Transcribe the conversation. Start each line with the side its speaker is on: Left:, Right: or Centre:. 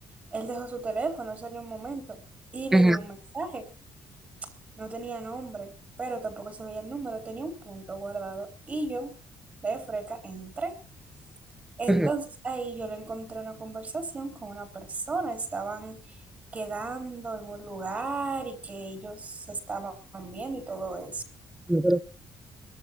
Right: él dejó su teléfono, él salió un momento y le
Centre: Ujú,
Right: llegó un mensaje. No tenía nombre, pero tampoco se veía el número, tenía un punto guardado y yo, de freca, entré. Entonces
Centre: Ujú.
Right: ahí yo le encontré una conversación con una persona, estaban quedando en un lugar y que ellos se estaban viendo y todo eso.
Centre: No, Pero-